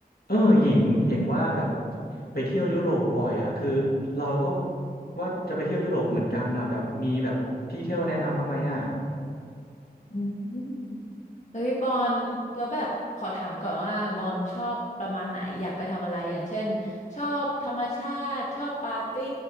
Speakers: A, on the left (about 70°); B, on the left (about 45°).
A: เออหญิงเห็นว่าแบบไปเที่ยวยุโรปบ่อยอ่ะคือเราก็ว่าจะไปเที่ยวยุโรปเหมือนกันนะแบบมีแบบที่เที่ยวแนะนำบ้างไหมอ่ะ
B: อืมเฮ้ยบอลแล้วแบบขอถามก่อนว่าบอลชอบประมาณไหนอยากไปทำอะไรอย่างเช่นชอบธรรมชาติชอบปาร์ตี้